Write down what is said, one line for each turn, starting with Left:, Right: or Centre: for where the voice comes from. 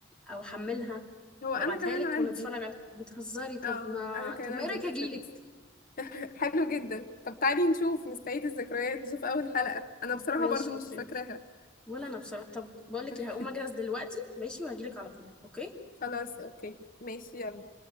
Centre: او احملها
Left: هو انا
Centre: وابعتها
Left: كمان
Centre: لك
Left: عندي
Centre: ونتفرج عليها بتهزري طب
Left: اه
Centre: ما
Left: انا كمان
Centre: طب ما
Left: عندي
Centre: ايه رايك
Left: نتفليكس
Centre: اجيلك
Left: حلو جدا طب تعالي نشوف نستعيد الذكريات نشوف اول حلقة انا بصراحة
Centre: ماشي
Left: برضو
Centre: اوكي
Left: مش فاكراها
Centre: ولا انا بصراحه طب بقول لك
Left: <laughs>
Centre: ايه هقوم اجهز دلوقتي ماشي وهجيلك على طول اوكي
Left: خلاص اوكي ماشي يلا